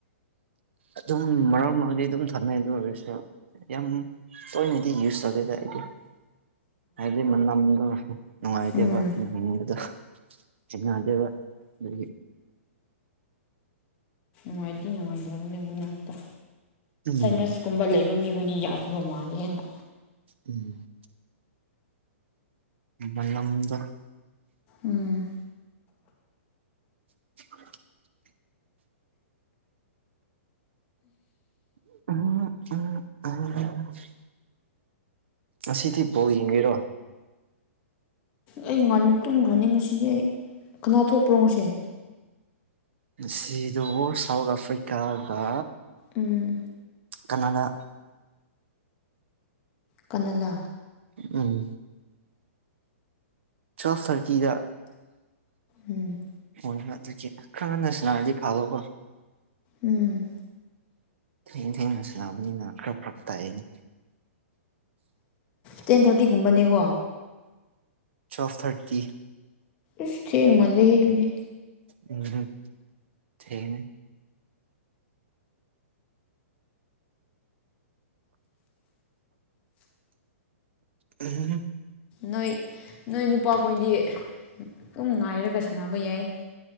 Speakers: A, on the right (about 55°); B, on the left (about 15°).
A: ꯑꯗꯨꯝ ꯃꯔꯛ ꯃꯔꯛꯗꯤ ꯑꯗꯨꯝ ꯊꯝꯅꯩ ꯑꯗꯨ ꯑꯣꯏꯔꯁꯨ ꯌꯥꯝ ꯇꯣꯏꯅꯗꯤ ꯌꯨꯁ ꯇꯧꯗꯦꯗ ꯑꯩꯗꯤ ꯍꯥꯏꯗꯤ ꯃꯅꯝꯗꯣ ꯅꯨꯡꯉꯥꯏꯇꯦꯕ
B: ꯎꯝ
A: ꯅꯝꯕꯗꯣ ꯈ‌ꯦꯠꯅꯗꯦꯕ ꯑꯗꯨꯒꯤ
B: ꯅꯨꯡꯉꯥꯏꯇ ꯅꯨꯡꯉꯥꯏꯇꯕꯅꯦꯕ ꯒꯨꯠꯅꯥꯏꯇ
A: ꯎꯝ
B: ꯅꯦꯁ ꯀꯨꯝꯕ ꯂꯩꯕ ꯃꯤꯕꯨꯗꯤ ꯌꯥꯗꯕ ꯃꯂꯦ ꯍꯦꯟꯅ
A: ꯎꯝ ꯃꯅꯝꯗ‌ꯣ
B: ꯎꯝ
A: <unintelligible> <unintelligible> ꯑꯁꯤꯗꯤ ꯕꯥꯜ ꯌꯦꯡꯒ‌ꯦꯔꯣ
B: ꯑꯩ ꯉ ꯇꯨꯝ ꯈꯅꯤꯡꯉꯁꯤꯗꯤ ꯑꯩ ꯀꯅꯥ ꯊꯣꯛꯄ꯭ꯔꯣ ꯉꯁꯤ
A: ꯉꯁꯤꯗꯨ ꯁꯥꯎꯠ ꯑꯐ꯭ꯔꯤꯀꯥꯒ
B: ꯎꯝ
A: ꯀꯅꯥꯗꯥ
B: ꯀꯅꯥꯂ
A: ꯎꯝ ꯇꯋ‌ꯦꯜꯐ ꯊꯔꯇꯤꯗ
B: ꯎꯝ
A: ꯑꯣꯏ ꯑꯗꯨꯒꯤ ꯈꯔ ꯉꯟꯅꯁꯨꯟꯅꯔꯗꯤ ꯐꯥꯕꯀꯣ
B: ꯎꯝ
A: ꯊꯦꯡ ꯊꯦꯡꯅ ꯁꯥꯕꯅꯤꯅꯅꯥ ꯈꯔ ꯄꯛ ꯇꯥꯏꯅꯦ
B: ꯇꯦꯟ ꯊꯥꯔꯇꯤꯒꯨꯝꯕꯅꯦꯀꯣ
A: ꯇ꯭ꯋꯦꯜꯞꯐ ꯊꯥꯔꯇꯤ
B: ꯏꯁꯁ ꯊꯦꯡꯃꯜꯂꯤꯍ‌ꯦ ꯑꯗꯨꯗꯤ
A: ꯎꯝ ꯊ‌ꯦꯡꯉ‌ꯦ <unintelligible>
B: ꯅꯣꯏ ꯅꯣꯏ ꯅꯨꯄꯥꯈꯣꯏꯗꯤ ꯑꯗꯨꯝ ꯉꯥꯏꯔꯒ ꯁꯥꯟꯅꯕ ꯌꯥꯏꯌꯦ